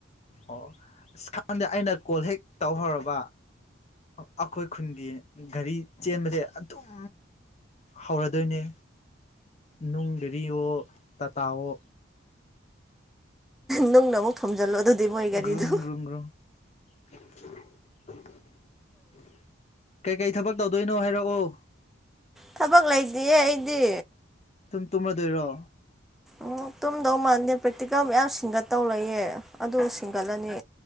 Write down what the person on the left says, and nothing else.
ꯑꯣ ꯑꯁ ꯈꯪꯗꯦ ꯑꯩꯅ ꯀꯣꯜ ꯍꯦꯛ ꯇꯧꯍꯧꯔꯕ ꯑꯩꯈꯣꯏ ꯈꯨꯟꯒꯤ ꯒꯥꯔꯤ ꯆꯦꯟꯕꯁꯦ ꯑꯗꯨꯝ ꯍꯧꯔꯗꯣꯏꯅꯦ ꯅꯨꯡꯗꯔꯤꯋꯣ ꯇꯥꯇꯥꯋꯣ
ꯒ꯭ꯔꯨꯡ ꯒ꯭ꯔꯨꯡ ꯒ꯭ꯔꯨꯡ <inaudible> ꯀꯩꯀꯩ ꯊꯕꯛ ꯇꯧꯗꯣꯏꯅꯣ ꯍꯥꯏꯔꯛꯑꯣ
ꯁꯨꯝ ꯇꯨꯝꯃꯗꯣꯏꯔꯣ